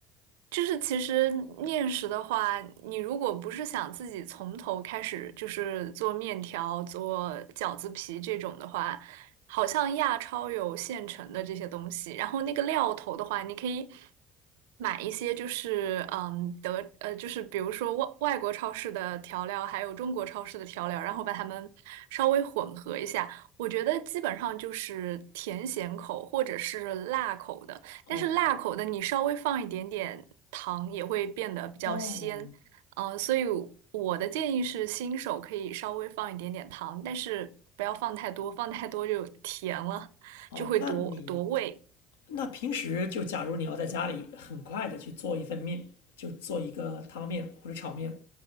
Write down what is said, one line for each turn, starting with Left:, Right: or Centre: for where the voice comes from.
Right: 就是其实面食的话，你如果不是想自己从头开始，就是做面条、做饺子皮这种的话，好像亚超有现成的这些东西。然后那个料头的话，你可以买一些，就是嗯德呃，就是比如说外外国超市的调料，还有中国超市的调料，然后把它们稍微混合一下。我觉得基本上就是甜咸口或者是辣口的。
Left: 哦
Right: 但是辣口的你稍微放一点点糖也会变得比较鲜，
Left: 哦
Right: 呃，所以我的建议是新手可以稍微放一点点糖，但是不要放太多，放太多就甜了，
Left: 哦，
Right: 就会夺夺味。
Left: 那你那平时就假如你要在家里很快的去做一份面，就做一个汤面或者炒面，